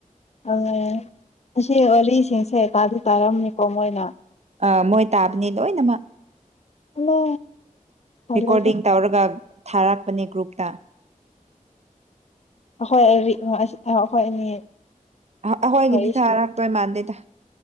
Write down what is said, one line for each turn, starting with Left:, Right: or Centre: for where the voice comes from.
Left: ꯑꯣ ꯑꯁꯤ ꯋꯥꯔꯤꯁꯤꯡꯁꯦ ꯇꯥꯗꯤ ꯇꯥꯔꯝꯅꯤꯀꯣ ꯃꯣꯏꯅ꯫
Right: ꯑ ꯃꯣꯏ ꯇꯥꯕꯅꯦ ꯂꯣꯏꯅꯃꯛ꯫
Left: ꯍꯜꯂꯣ ꯇꯜꯂꯦꯗ
Right: ꯔꯦꯀꯣꯔꯗꯤꯡ ꯇꯧꯔꯒ ꯊꯥꯔꯛꯄꯅꯦ ꯒ꯭ꯔꯨꯞꯇ꯫
Left: ꯑꯈꯣꯏ ꯑꯦꯔꯤꯛ ꯍꯣꯏ ꯑꯈꯣꯏ ꯑꯅꯤ꯫
Right: ꯑꯩꯈꯣꯏꯒꯤꯗꯤ
Left: ꯋꯥꯔꯤ
Right: ꯊꯥꯔꯛꯇꯣꯏ
Left: ꯁꯥꯟꯅ
Right: ꯃꯥꯟꯗꯦꯗ